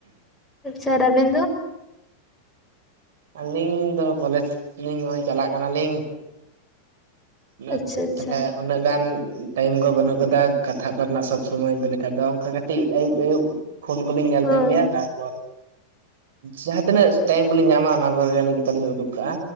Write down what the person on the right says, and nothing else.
ᱟᱹᱞᱤᱧ ᱫᱚ ᱠᱚᱞᱮᱡᱽ ᱞᱤᱧ ᱱᱚᱜᱼᱚᱭ ᱪᱟᱞᱟᱜ ᱠᱟᱱᱟᱞᱤᱧ <unintelligible>
ᱛᱟᱦᱚᱞᱮ ᱩᱱᱟᱹᱜ ᱜᱟᱱ ᱴᱟᱭᱤᱢ ᱠᱚ ᱵᱟᱹᱱᱩᱜ ᱟᱠᱟᱫᱟ ᱠᱟᱛᱷᱟᱜ ᱠᱚᱨᱮᱱᱟᱜ ᱥᱚᱵᱽ ᱥᱚᱢᱚᱭ ᱞᱮᱠᱟ ᱫᱚ᱾ ᱚᱱᱠᱟ ᱠᱟᱹᱴᱤᱡ ᱟᱭᱩᱵ- ᱟᱭᱩᱵ ᱯᱷᱳᱱ ᱠᱚᱞᱤᱧ ᱧᱮᱞ
ᱛᱟᱦᱮᱱ ᱜᱮᱭᱟ᱾ ᱛᱟᱨᱯᱚᱨ ᱡᱟᱦᱟᱸ ᱛᱤᱱᱟᱹᱜ ᱴᱟᱭᱤᱢ ᱠᱚᱞᱤᱧ ᱧᱟᱢᱟ ᱚᱱᱟ ᱠᱚᱨᱮ ᱜᱮᱞᱤᱧ ᱩᱰᱩᱠ ᱠᱟᱜᱼᱟ,